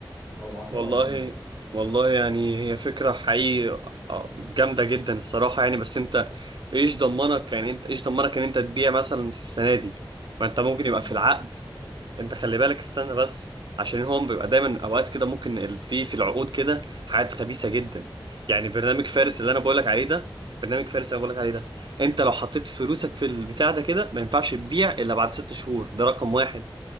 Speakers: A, on the right (about 25°); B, on the right (about 65°).
A: او العقار
B: والله
A: عموما يعني
B: والله يعني هي فكرة حقيقي آه، جامدة جدا الصراحة يعني بس انت ايش ضمنك يعني انت ايش ضمنك ان انت تبيع مثلا في السنة دي ما انت ممكن يبقى
A: ما
B: في
A: هو
B: العقد انت خلي بالك استنى بس عشان هم بيبقى دايما اوقات كده ممكن ال- في في العقود كده حاجات خبيثه جدا يعني برنامج
A: زي
B: فارس
A: ايه
B: اللي انا بقولك عليه ده برنامج فارس اللي انا بقولك عليه ده انت لو حطيت فلوسك في البتاع ده كده ما ينفعش تبيع الا بعد ست شهور ده رقم واحد